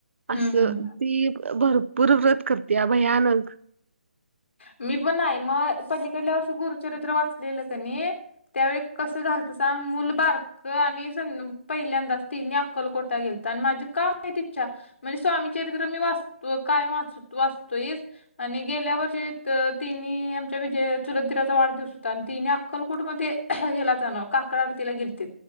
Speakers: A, on the right (about 70°); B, on the left (about 70°).
A: असं
B: हं हं
A: ती भरपूर व्रत करते भयानक.
B: मी पण नाही मग पलीकडल्या वर्ष गुरुचरित्र वाचलेलं कणी. त्यावेळी कसं झालत सांग मुलं बार क आणि स पहिल्यांदाच तिन्ही अक्कलकोटा गेलत आणि माझी काय माहित इच्छा म्हणजे स्वामी चरित्र मी वाचतो कायम वा वाचतोय आणि गेल्या वर्षी <unintelligible> तिन आमच्या विजय चुलत दिराचा वाढदिवस आणि तिने अक्कलकोट मध्ये हेला जाणं काकड आरतीला गेलतं.